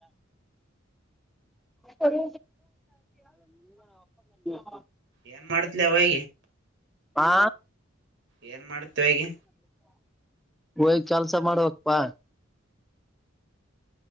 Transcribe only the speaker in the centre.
<inaudible> <inaudible>
ಹಾ
ಹಯ್ ಕೆಲ್ಸ ಮಾಡುವಕ್ಪ್ಪಾ